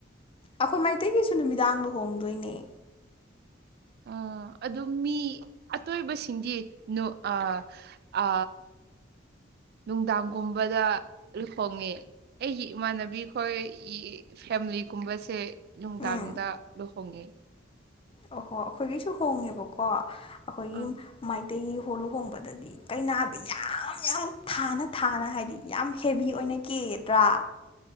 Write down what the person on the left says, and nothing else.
ꯑꯩꯈꯣꯏ ꯃꯩꯇꯩꯒꯤꯁꯨ ꯅꯨꯃꯤꯗꯥꯡꯗ ꯍꯣꯡꯗꯣꯏꯅꯦ
ꯎꯝ
ꯑꯣꯍꯣ ꯑꯩꯈꯣꯏꯒꯤꯁꯨ ꯍꯣꯡꯉꯦꯕꯀꯣ ꯑꯩꯈꯣꯏꯒꯤ
ꯃꯩꯇꯩꯒꯤ ꯍꯣ ꯂꯨꯍꯣꯡꯕꯗꯗꯤ ꯀꯩꯅꯥꯗ ꯌꯥꯝ ꯌꯥꯝ ꯊꯥꯅ ꯊꯥꯅ ꯍꯥꯏꯗꯤ ꯌꯥꯝ ꯍꯦꯕꯤ ꯑꯣꯏꯅꯒꯦꯗ꯭ꯔꯥ